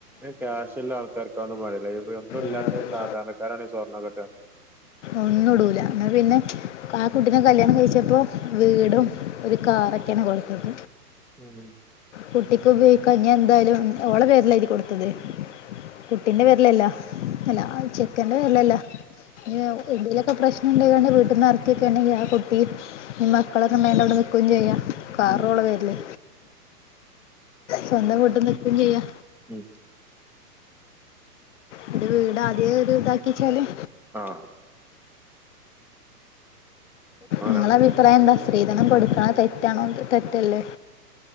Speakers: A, in the centre; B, on the left.
A: ഏഹ് ക്യാഷ്ള്ള ആൾക്കാർക്കാന്നും മടിയില്ല ഇപ്പൊ ഒന്നും ഇല്ലാത്ത
B: കാലിലും
A: സാധണക്കാരാണ് ഈ സ്വർണ്ണക്കട്ട് ആൾക്കാർ
B: ഒന്നും ഇടൂല അപ്പൊ പിന്നെ ആ കുട്ടിനെ കല്യാണം കഴിച്ചപ്പോ വീടും ഒരു കാറൊക്കെയാണ് കൊടുത്തത്
A: ഉം
B: കുട്ടിക്ക് ഉപയോഗിക്കാഞ് എന്തായാലും ഓളെ പേരിലായിരിക്കും കൊടുത്തത് കുട്ടീൻ്റെ പേരിലല്ലോ അല്ല ചെക്കൻ്റെ പേരിലല്ലോ പിന്നെ എന്തങ്കലൊക്കെ പ്രശ്നം ഉണ്ടായുകണ്ട് വീട്ട് നിന്ന് ഇറക്കിയൊക്കെ ഉണ്ടെങ്കിൽ ആ കുട്ടി മക്കളൊക്കെമ്മല്ല അവിടെ നിക്യും ചെയ്യാം
A: ഉം
B: കാറുള്ള പേരില്ലേ സ്വന്തം വീട്ട് നിക്കും ചെയ്യാ
A: ഉം ഉം
B: എന്റെ വീട് ആദ്യം ഇത് ഇതാക്കി വച്ചാലും
A: ആഹ് അങ്ങനെ
B: നിങ്ങളെ അഭിപ്രായം എന്താ സ്ത്രീധനം കൊടുക്കണോ തെറ്റാണോ തെറ്റല്ലേ